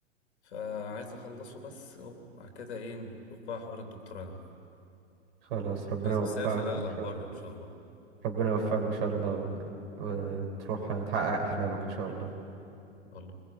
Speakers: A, on the left; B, on the right.
A: فعايز اخلصه بس وبعد كده ايه نشوف بقى حوار الدكتوراه ده
B: خلاص ربنا
A: بس
B: يوفقك
A: بس هي في الاغلب
B: ان شاء
A: بره
B: الله
A: ان شاء الله
B: ربنا يوفقك ان شاء الله و... وتروح تحقق احلامك ان شاء الله
A: والله